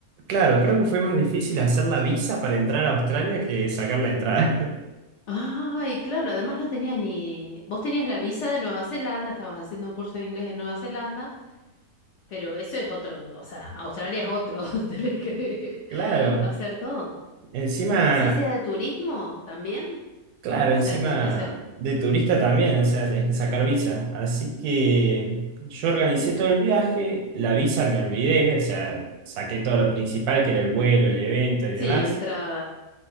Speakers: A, on the right; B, on the left.
A: Claro, creo que fue más difícil hacer la visa para entrar a Australia que sacar la entrada. <laughs>
B: Ay, claro, además no tenías ni... Vos tenías la visa de Nueva Zelanda, estabas haciendo un curso de inglés en Nueva Zelanda, pero eso es otro, o sea, Australia es otro, <laughs> tenés que
A: Claro,
B: hacer todo.
A: encima,
B: Así sea de turismo también,
A: claro,
B: o
A: encima
B: sea, tenés que hacer...
A: de turista también, o sea, tenés que sacar visa. Así que yo organicé
B: Uh,
A: todo el viaje, la visa me olvidé, o sea, saqué todo lo principal, que era el vuelo, el evento y
B: sí,
A: demás.
B: entrada.